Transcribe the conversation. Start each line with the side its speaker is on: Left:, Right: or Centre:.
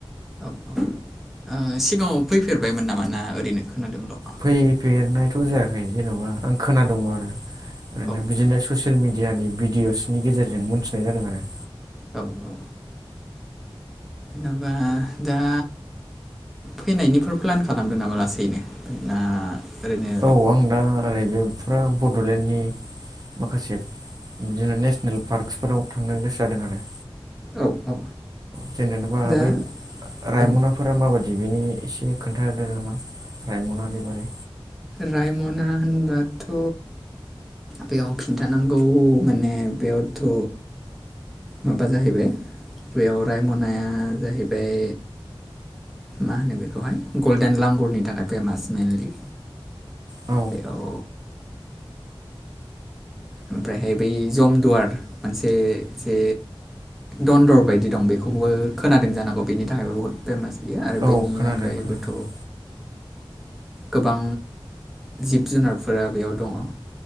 Centre: औ औ ओ सिगाङाव फैफेरबायमोन नामा ना ओरैनो खोनादोंल'?
Right: फैफेरनायथ' जायाखै जेन'बा आं खोना दोंल' आरो ओरैनो
Centre: औ
Right: बिदिनो ससियेल मि डियानि भिडिअसनि गेजेरजों मिथिनाय जादों आरो।
Centre: औ औ जेन'बा दा फैनायनिफोर प्लान खालामदों नामा लासैनो ना ओरैनो
Right: औ आं दा ओरै बे फुरा बड'लेण्डनि माखासे बिदिनो नेस नेल पार्कसफोराव थांनो गोसो जादों आरो।
Centre: औ औ
Right: जेनेबा
Centre: दा
Right: बै रायम'ना
Centre: औ
Right: फोरा माबादि बेनि एसे खोन्थादो नामा रायम'नानि बारै
Centre: रायम'ना होनबाथ' बेयाव खिन्थानांगौ माने बेयावथ' माबा जाहैबाय बेयाव रायम'नाया जाहैबाय मा होनो बेखौहाय गल्डेन लांगुरनि थाखाय फेमास मेनलि।
Right: औ
Centre: बेयाव ओमफायहाय बै जमदुवार मोनसे जे दन्दर बायदि दं बेखौबो खोनादों जानो हांगौ बेनि थाखायबो बहुद फेमास बियो आरो
Right: औ
Centre: बेनि
Right: खोनादों
Centre: अनगायैबोथ'
Right: खोनादों
Centre: गोबां जिब जुनारफोरा बेयाव दङ